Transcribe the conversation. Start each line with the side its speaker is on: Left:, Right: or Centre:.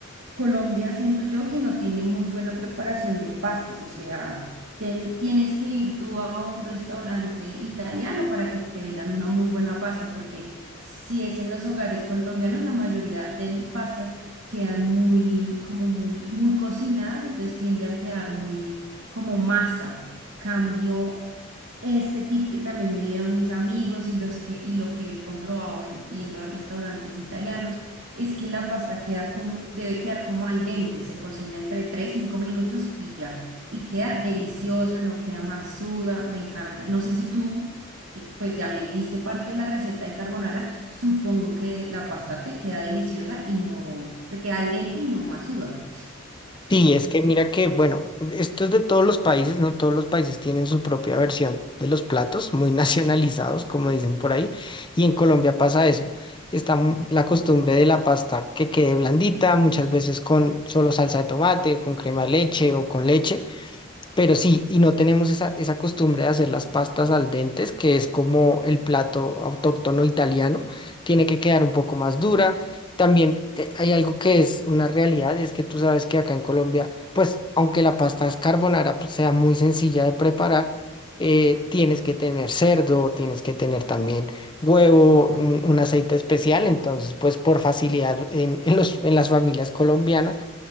Right: Colombia siento yo que no tiene muy buena preparación de pastas, o sea, ten- tienes que ir tú a un restaurante italiano para que te vendan una muy buena pasta, porque si es en los hogares colombianos, la mayoría de pastas quedan muy, como muy, muy cocinadas, entonces tiende a quedar muy como masa. Cambio este tip que también me dieron mis amigos y los que, y lo que he comprobado en- yendo a restaurantes italianos es que la pasta queda como, debe quedar como al dente, se cocina entre 3 5 minutos y ya. Y queda deliciosa, no queda masuda, me encanta. No sé si tú, que pues ya me diste parte de la receta de carbonara, supongo que la pasta te queda deliciosa y no, te queda al dente y no masuda.
Left: Sí, es que mira que, bueno, esto es de todos los países, ¿no? Todos los países tienen su propia versión de los platos, muy <laughs> nacionalizados, como dicen por ahí, y en Colombia pasa eso. Está mu- la costumbre de la pasta que quede blandita, muchas veces con solo salsa de tomate, o con crema de leche o con leche, pero sí, y no tenemos esa, esa costumbre de hacer las pastas al dente, que es como el plato autóctono italiano, tiene que quedar un poco más dura. También eh, hay algo que es una realidad, y es que tú sabes que acá en Colombia, pues aunque la pasta es carbonara, pues, sea muy sencilla de preparar, eh, tienes que tener cerdo, tienes que tener también huevo, un, un aceite especial, entonces pues por facilidad en, en los, en las familias colombianas